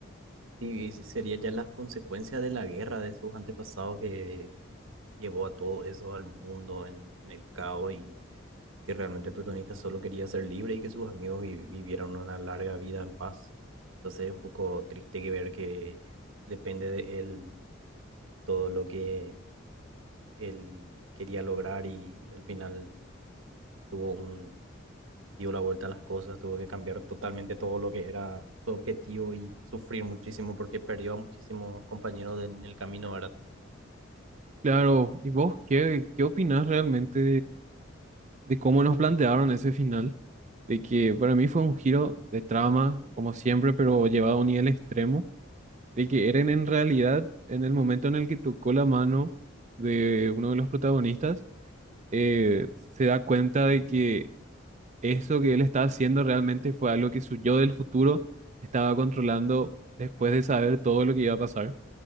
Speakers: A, on the right (about 80°); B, on the right (about 35°).
A: Y, y sería ya las consecuencias de la guerra de sus antepasados que llevó a todo eso al mundo en, en el caos y que realmente el protagonista solo quería ser libre y que sus amigos vi- vivieran una larga vida en paz. Entonces es un poco triste que ver que depende de él todo lo que él quería lograr y al final tuvo un, dio la vuelta a las cosas, tuvo que cambiar totalmente todo lo que era su objetivo y sufrir muchísimo porque perdió a muchísimos compañeros en el camino, ¿verdad?
B: Claro, ¿y vos qué, qué opinás realmente de cómo nos plantearon ese final, de que para mí fue un giro de trama, como siempre, pero llevado a un nivel extremo, de que Eren en realidad, en el momento en el que tocó la mano de uno de los protagonistas, eh, se da cuenta de que eso que él estaba haciendo realmente fue algo que su yo del futuro estaba controlando después de saber todo lo que iba a pasar.